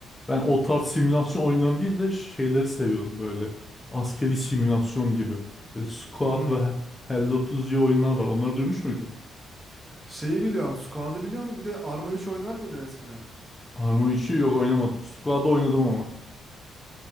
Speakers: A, on the left; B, on the right.
A: ben o tarz simülasyon oyunlarını değil de şeyleri seviyorum böyle. Askeri simülasyon gibi. Böyle Squad
B: Hmm.
A: ve Hello Tuesday oyunlar var. Onları duymuş muydun?
B: Şeyi biliyorum. Squad'ı biliyorum. Bir de Arma 3 oynar mıydın eskiden?
A: Arma 3'ü yok oynamadım. Squad'da oynadım ama.